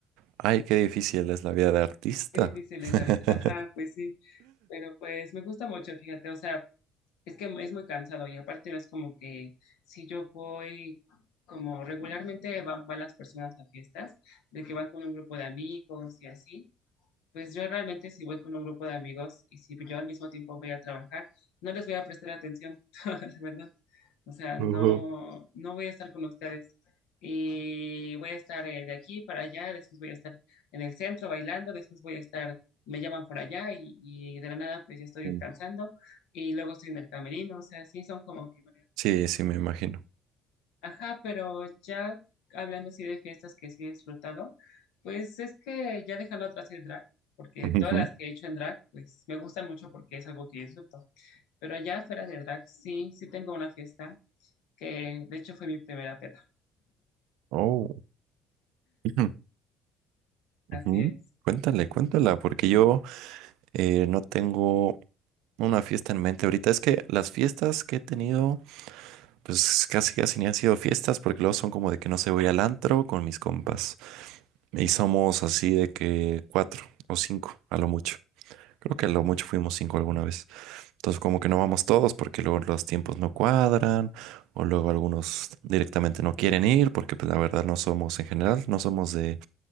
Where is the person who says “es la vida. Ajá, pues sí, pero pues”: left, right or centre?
Left